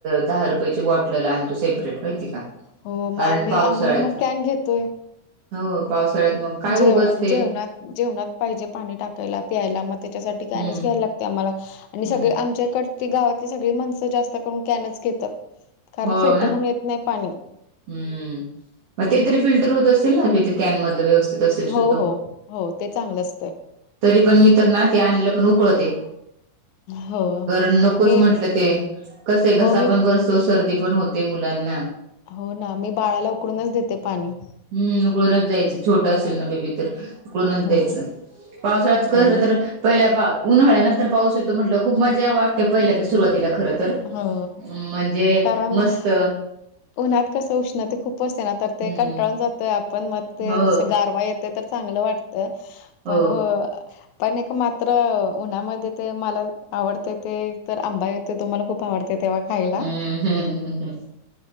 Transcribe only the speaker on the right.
दहा रुपयाची बॉट बॉटल आणतो सेप्रेट माहिती आहे का,
कारण
पावसाळ्यात
हो, पावसाळ्यात मग काय
उगच ते
हम्म
हम्म
हो
ना
हम्म! मग ते तरी फिल्टर होत असेल ना? ते कॅनमधल व्यवस्थित
तरी पण मी तर ना, ते आणलेलं पण उकळते
कारण, नकोच
म्हंटलं ते, कस आहे घसा
पण ब तो, सर्दी पण होते, मुलांना.
हम्म, उकळूनच द्यायचं, छोटं असेल ना बेबी तर उकडूनच
द्यायचं, पावसाळ्यात कसलं
तर पहिल्या पा उन्हाळ्यानंतर पाऊस येतो, म्हंटल्यावर खूप मजा वाटते, पहिल्यांद सुरुवातीला, खरं तर
म्हणजे
मस्त
हम्म
हो
हो
हम्म हम्म हम्म.